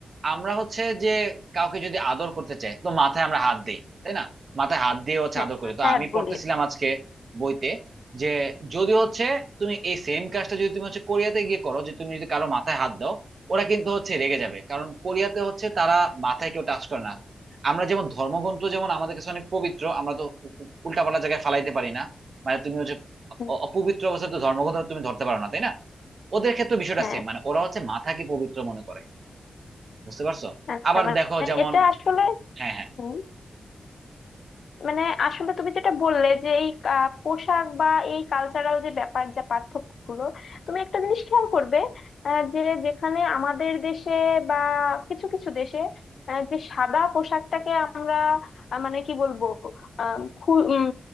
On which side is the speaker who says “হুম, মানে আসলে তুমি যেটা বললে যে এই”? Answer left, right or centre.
Left